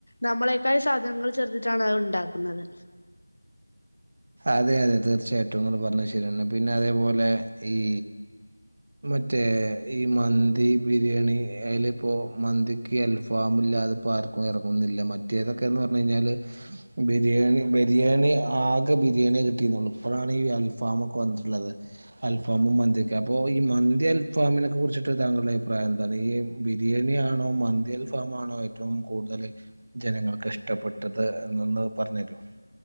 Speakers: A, on the left; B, on the right.
A: നമ്മളെ ക്കായി സാധനങ്ങൾ ചേർതിട്ടാണ് അത് ഉണ്ടാക്കുന്നത്
B: അതെ അതെ തീർച്ചയായിട്ടും ഇങ്ങൾ പറഞ്ഞത് ശരിയാണ് പിന്നെ അതേപോലെ ഈ മറ്റേ ഈ മന്തി ബിരിയാണി അയിലിപ്പോ മന്തിക്ക് അൽഫാമില്ല അതിപ്പോ ആർക്കും ഇറങ്ങുന്നില്ല മറ്റേതൊക്കെന്ന് പറഞ്ഞു കഴിഞ്ഞാൽ ബിരിയാണി ബിരിയാണി ആക ബിരിയാണി കിട്ടിരുന്നുള്ളൂ ഇപ്പോഴാണ് ഈ അൽഫാ വ് ഒക്കെ വന്നിട്ടുള്ളത് അൽഫാമും മന്തിയൊക്കെ അപ്പോ ഈ മ ന്തി അൽഫാമിനക്കെ കുറിച്ചിട്ട് താങ്കളുടെ അഭിപ്രായം എന്താണ് ഈ ബിരിയാണിയാണോ മൻന്ത്യൽ ഫാമാണോ ഏറ്റ വും കൂടുതൽ ജനങ്ങൾക്ക് ഇഷ്ടപ്പെട്ടത് എന്നൊന്ന് പറഞ്ഞു തരൂ